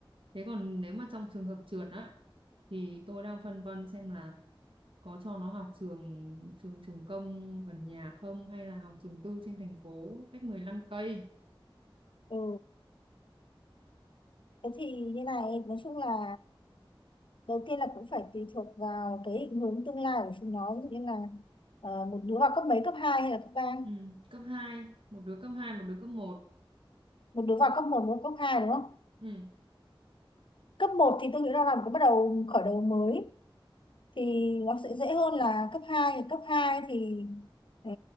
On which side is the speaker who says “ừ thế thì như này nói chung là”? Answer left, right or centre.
Left